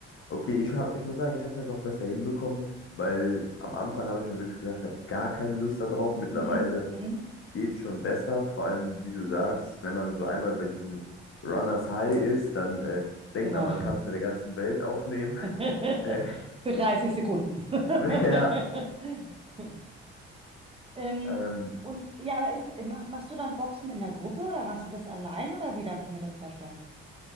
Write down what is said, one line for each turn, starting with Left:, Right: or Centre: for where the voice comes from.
Left: okay, ich hab, ich muss sagen, ich habe es jetzt auch besser hinbekommen, weil am Anfang habe ich mir wirklich gedacht, ich habe gar keine Lust da drauf. Mittlerweile
Right: Mhm, mhm,
Left: geht es schon besser, vor allem, wie du sagst, wenn man so einmal bei diesem Runners High ist, dann äh, denkt
Right: genau.
Left: man, man kann es mit der ganzen Welt aufnehmen. <laughs>
Right: <laughs>
Left: Äh,
Right: Für 30 Sekunden.
Left: <laughs> ja.
Right: <laughs> Ähm,
Left: Ähm,
Right: und ja, aber ist, ma- machst du dann Boxen in der Gruppe oder machst du das allein oder wie darf ich mir das vorstellen?